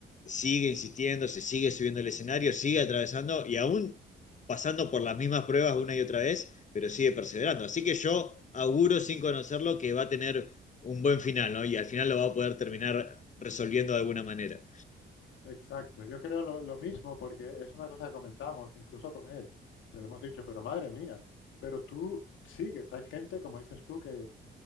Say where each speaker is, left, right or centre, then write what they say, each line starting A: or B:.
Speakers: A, on the left; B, on the left.
A: sigue insistiendo, se sigue subiendo al escenario, sigue atravesando y aún pasando por las mismas pruebas una y otra vez pero sigue perseverando. Así que yo auguro sin conocerlo que va a tener un buen final, ¿no? Y al final lo va a poder terminar resolviendo de alguna manera.
B: Exacto, yo creo lo, lo mismo porque es una cosa que comentamos incluso con él. Se lo hemos dicho, pero madre mía, pero tú sigues, hay gente, como dices tú, que